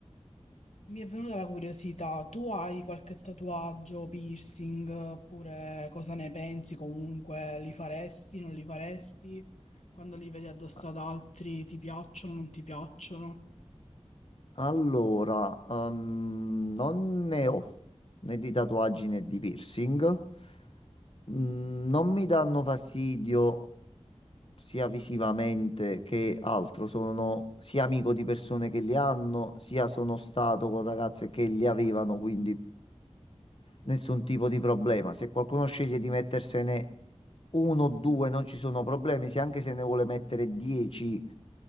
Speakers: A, on the left; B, on the left.
A: Mi è venuta la curiosità, tu hai qualche tatuaggio, piercing, oppure cosa ne pensi comunque? Li faresti, non li faresti? Quando li vedi addosso
B: Ah,
A: ad altri, ti piacciono, non ti piacciono?
B: Allora, ehm, non ne ho né di tatuaggi né di piercing.
A: Ok.
B: Mm, Non mi danno fastidio sia visivamente che altro. Sono sia amico di persone che li hanno, sia sono stato con ragazze che li avevano, quindi nessun tipo di problema. Se qualcuno sceglie di mettersene uno o due, non ci sono problemi. Se anche se ne vuole mettere dieci,